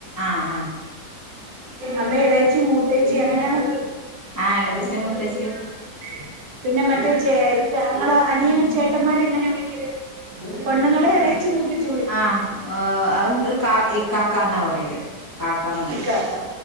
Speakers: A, on the left; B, on the right.
A: ആഹ് ആഹ്
B: അപ്പൊ ഇളേച്ചി മൂത്തേച്ചി എങ്ങനെയാണ്.
A: ആഹ് എളച്ചിയും
B: <unintelligible>
A: മുത്തച്ചിയും
B: പിന്നെ മറ്റേ ചേ ഇ ആങ്ങള അനിയെ ചേട്ടന്മാരെ എങ്ങനെവിളിക്കല്.. പൊണ്ണുങ്ങളെ എളയിച്ചി മൂത്തച്..
A: ആഹ് ഓ അഹ് കാ ഇക്കക്കന്നാ പറയല്.. കാക്കാന്ന് പറയും
B: ഇക്കക്ക